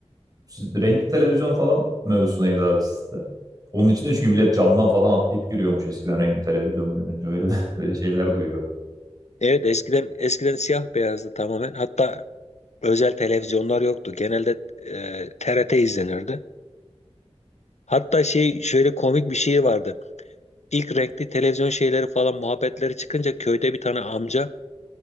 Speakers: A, on the right; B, on the left.
A: Siz- renkli televizyon falan mevzusu neydi abi sizde? Onun için de çünkü millet camdan falan atlayıp giriyormuş eskiden renkli televizyon görünce. Öyle <laughs> öyle şeyler duyuyorum.
B: Evet eskiden eskiden siyah beyazdı tamamen. Hatta özel televizyonlar yoktu. Genelde e, TRT izlenirdi. Hatta şey şöyle komik bir şey vardı. İlk renkli televizyon şeyleri falan muhabbetleri çıkınca köyde bir tane amca